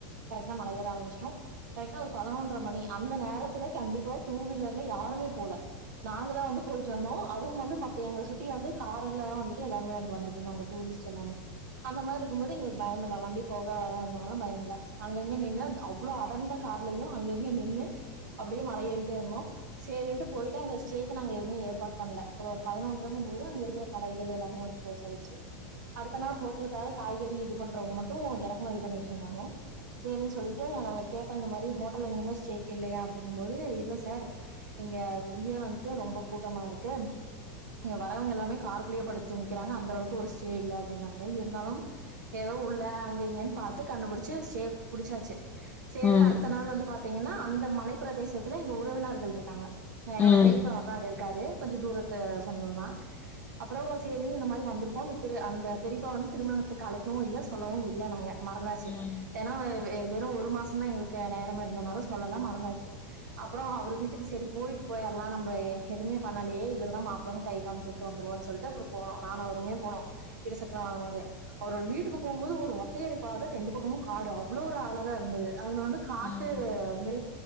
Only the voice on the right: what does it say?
கரெக்டா மலை ஏற ஆரம்புச்சிட்டோ கரெக்டா ஒரு பதினொன்ற மணி அந்த நேரத்துல கண்டிப்பா டூ வீலர்ல யாருமே போல நாங்கதா வந்து போயிட்டுருந்தோ அது வோ வந்து மத்தவங்கள சுத்தி வந்து காரல்லா வந்துட்டு எல்லாருமே வந்து வந்துட்டு இருந்தாங்க டூரிஸ்ட் பேட்ச் எல்லாமே அந்த மாதிரியிருக்கும் போது எங்களுக்கு பயம் இல்ல வண்டி போக வர இருந்தாலோ பயம் இல்ல அங்கங்க நின்னு அவ்ளோ அடர்ந்த காடுலயோ அங்கங்க நின்னு அப்டியே மல ஏறிட்டேயிருந்தோ சேறின்டு போயிட்டு அங்க ஸ்டேக்கு நாங்க எதுவுமே ஏற்பாடு பண்ணல இப்ப ஒரு பதனொன்றன்னும்போது அங்க இருக்குற கடைகள் எல்லாமே வந்து கு்ளோஸ் ஆயிடுச்சு அடுத்த நாள் ஹோட்டலுக்காக காய்கறி இது பண்றவங்க மட்டோ எறக்குமதி பண்ணிட்டுயிருந்தாங்க சேரின்னு சொல்லிட்டு நாங்க கேட்டோ இந்த மாதிரி ஹோட்டல்ல எங்கயுமே ஸ்டேக்குயில்லையா அப்டின்னுமோது இல்ல சார் இங்க இங்கேயே வந்துட்டு ரொம்ப கூட்டமாயிருக்கு இங்க வரவங்க எல்லாமே கார்குள்ளயே படுத்து தூங்கிக்கிறாங்க அந்த அளவுக்கு ஒரு ஸ்டேயில்ல அப்டின்னாங்க இருந்தாலும் ஏதோ உள்ள அங்க இங்கன்னு பார்த்து கண்டுபுடிச்சு ஸ்டே புடிச்சாச்சு சேரின்னு
அடுத்த நாள் வந்து பாத்தீங்கன்னா அந்த மலைப் பிரதேசத்துல எங்க உறவினர்கள்யிருக்காங்க ஹ என்னோட
பெரியப்பா வந்து அங்கயிருக் காரு கொஞ்சோ தூரத்து சொந்தோதா அப்புறோ சேரின்னு இந்த மாதிரி வந்திருக்கோ அந்த திரு அந்த பெரியப்பா வந்து திருமணத்துக்கு அழைக்கவோ இல்ல சொல்லவோ இல்ல நாங்க மறந்தாச்சு
ஏன்னா வெ வெறோ ஒரு மாசோதா எங்களுக்கு நேரமே இருந்தனால சொல்லல மறந்தாச்சு அப்புறோ அவரு வீட்டுக்கு செரி போயிட்டு போயிடலா நம்ம எதுமே பண்ணலயே இவரதா மாப்புள்ளன்னு கைய காமிச்சு விட்டு வந்துருவோன்னு சொல்லிட்டு அப்புறோ போனோ நானோ அவருமே போனோ இருசக்கர வாகனோலே அவரோட வீட்டுக்கு போகுமோது ஒரு ஒத்தையடி பாத ரெண்டு பக்கமோ காடு அவ்ளோ ஒரு அழகாயிருந்துது அதுல வந்து காட்டு
எருமை